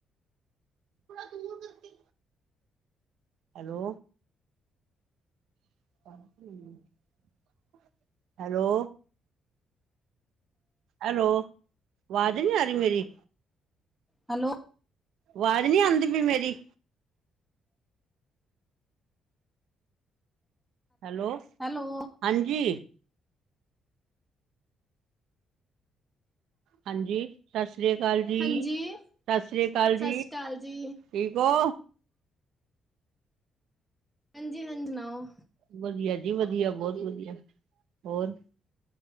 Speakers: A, on the right; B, in the centre.
A: ਥੋੜਾ ਦੂਰ ਕਰਕੇ ਹੈਲੋ, ਪ <inaudible> ਹੈਲੋ, ਹੈਲੋ ਆਵਾਜ਼ ਨਹੀਂ ਆ ਰਹੀ ਮੇਰੀ।
B: ਹੈਲੋ,
A: ਆਵਾਜ਼ ਨਹੀਂ ਆਦੀਂ ਪਈ ਮੇਰੀ। ਹੈਲੋ,
B: ਹੈਲੋ
A: ਹਾਂਜੀ। ਹਾਂਜੀ, ਸਤਿ ਸ੍ਰੀ ਅਕਾਲ ਜੀ,
B: ਹਾਂਜੀ
A: ਸਤਿ ਸ੍ਰੀ ਅਕਾਲ
B: ਸਤਿ
A: ਜੀ
B: ਸ਼੍ਰੀ ਅਕਾਲ
A: ਠੀਕ
B: ਜੀ
A: ਹੋ?
B: ਹਾਂਜੀ ਹਾਂਜੀ, ਸਨਾਓ।
A: ਵਧੀਆ ਜੀ ਵਧੀਆ ਬਹੁਤ ਵਧੀਆ ਹੋਰ?